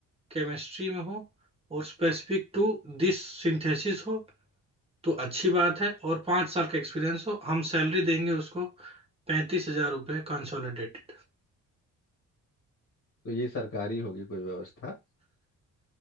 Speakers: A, on the right; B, on the left.
A: केमिस्ट्री में हो और स्पेसिफिक टू दिस सिंथेसिस हो तो अच्छी बात है और पांच साल का एक्सपीरियंस हो हम सैलरी देंगे उसको पैंतीस हजार रुपये कंसोलिडेटेड
B: तो ये सरकारी होगी कोई व्यवस्था